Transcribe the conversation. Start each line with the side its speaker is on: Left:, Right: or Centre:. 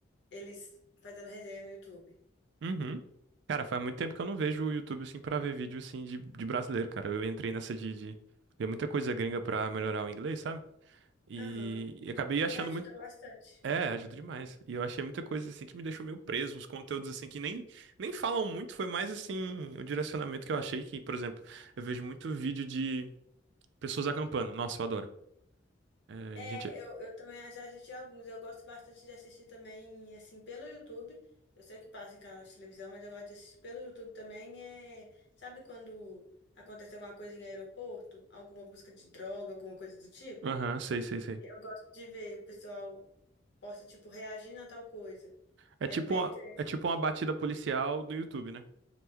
Left: eles fazendo resenha no YouTube.
Right: Uhum. Cara, faz muito tempo que eu não vejo o YouTube, assim, pra ver vídeo, assim, de, de brasileiro, cara. Eu entrei nessa de, de ver muita coisa gringa pra melhorar o inglês, sabe? E,
Left: Aham.
Right: e acabei
Left: E
Right: achando
Left: ajuda
Right: muito
Left: bastante.
Right: É, ajuda demais. E eu achei muita coisa assim que me deixou meio preso, uns conteúdos assim que nem, nem falam muito, foi mais assim o direcionamento que eu achei que, por exemplo, eu vejo muito vídeo de pessoas acampando. Nossa, eu adoro. É,
Left: É,
Right: gente,
Left: eu, eu também já assisti alguns. Eu gosto bastante de assistir também, assim, pelo YouTube. Eu sei que passa em canal de televisão, mas eu gosto de assistir pelo YouTube também. É, sabe quando acontece alguma coisa em aeroporto? Alguma busca de droga, alguma coisa do tipo?
Right: aham, sei, sei, sei.
Left: Eu gosto de ver o pessoal posta, tipo, reagindo a tal coisa.
Right: É
Left: É
Right: tipo
Left: bem
Right: uma,
Left: interessante.
Right: é tipo uma batida policial do YouTube, né?